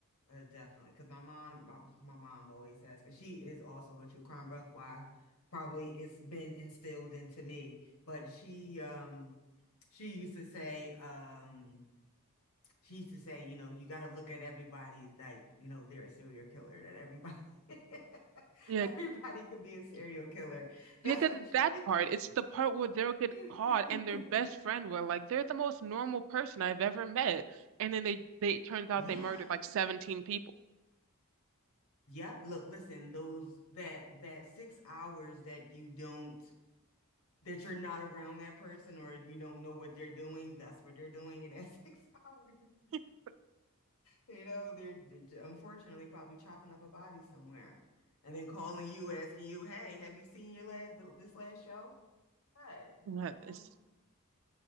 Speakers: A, on the left; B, on the right.
A: uh, definitely. Because my mom, my, my mom always says, because she is also a true crime buff. Why? Probably it's been instilled into me. But she, um, she used to say, um she used to say, you know, you got to look at everybody like, you know, they're a serial killer, that everybody, <laughs>
B: Yeah.
A: everybody could be a serial killer. <laughs> That's
B: Yeah, because
A: what she,
B: that part, it's the part where they'll get
A: <laughs>
B: caught and their best friend will like they're the most normal person I've ever met. And then they they it turns out
A: yeah.
B: they murdered like 17 people.
A: Yep. Look, listen, those, that, that six hours that you don't, that you're not around that person or you don't know what they're doing, that's what they're doing in that six hours. <laughs>
B: <laughs>
A: You know, they're, they're unfortunately probably chopping up a body somewhere. And then calling you, asking you, "Hey, have you seen your last this last show?" Good.
B: That
A: You know,
B: is.